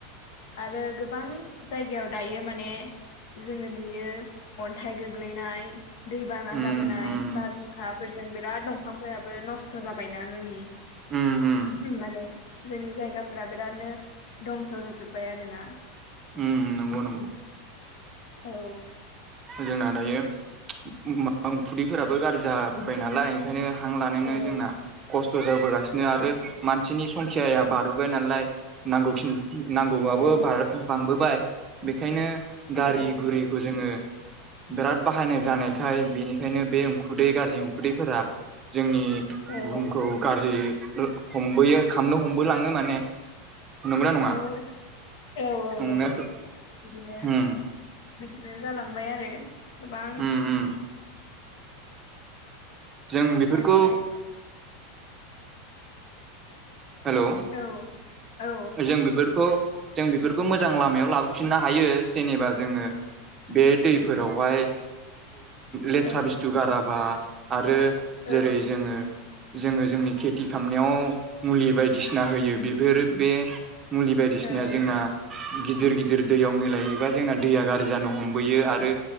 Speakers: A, on the left; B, on the right.
A: आरो गोबां जायगायाव दायो माने जोंङो नुयो अन्थाइ गोग्लैनाय दैबाना
B: उम
A: जाबोनाय
B: उम
A: बारहुंखाफोरजों बिराद दंफांफोराबो नस्थ' जाबायना जोंनि
B: उम उम
A: माने जोंनि जायगाफोरा बिरादनो दंस' जाजोब बाय आरोना
B: उम नंगौ नंगौ।
A: औ।
B: जोंना दायो फुदैफोराबो गाज्रि जा बाय नालाय ओंखायनो हां लानोनो
A: औ
B: जोंना खस्थ' जाबोगासिनो आरो मानसिनि संखियाया बांबोबाय नालाय नांगौखिनि नांगौबाबो
A: औ
B: बांबोबाय। बेखायनो गारि
A: औ
B: गुरिखौ जोङो बिराद बाहायनाय जानायखाय बेनिखायनो बे उखुनदै गाज्रि उखुदैफोरा जोंनि
A: औ
B: बुहुमखौ गाज्रि हमबोयो खामनो हमबोलाङो माने। नंगौना नङा
A: औ औ औ
B: नंनायाथ'
A: नंगौ। बिदिनो
B: उम
A: बिदिनो जालांबाय आरो गोबां
B: उम उम जों बेफोरखौ
A: माने
B: हेल'।
A: औ। औ
B: जों बेफोरखौ जों बेफोरखौ मोजां लामायाव लाबोफिननो हायो जेनेबा जोङो बे दैफोरावहाय लेथ्रा
A: औ
B: बुस्थु गाराबा आरो
A: औ
B: जेरै जोङो जोङो जोंनि खेथि खालामामनायाव मुलि बायदिसिना होयो। बेफोरो बे मुलि बायदिसिनाया
A: औ
B: जोंना- गिदिर गिदिर दैयाव मिलायहैबा जोंना दैया गाज्रि जानो हमबोयो आरो